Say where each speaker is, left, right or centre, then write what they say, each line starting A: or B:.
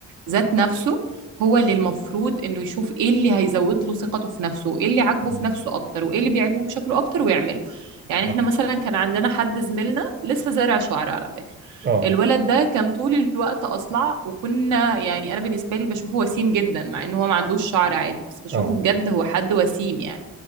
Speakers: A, on the right; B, on the right.
A: ذات نفسه هو اللي المفروض إنه يشوف إيه اللي هيزود له ثقته في نفسه وإيه اللي عاجبه
B: مم،
A: في نفسه أكتر وإيه اللي بيعجبه بشكله أكتر ويعمله يعني
B: صح
A: إحنا مثلا كان عندنا حد زميلنا لسه زارع شعر على فكرة
B: آه
A: الولد ده كان طول الوقت أصلع وكنا يعني أنا بالنسبة لي بشوفه وسيم جدا مع إن هو ما عندوش شعر عادي بس بشوفه
B: آه
A: بجد هو حد وسيم يعني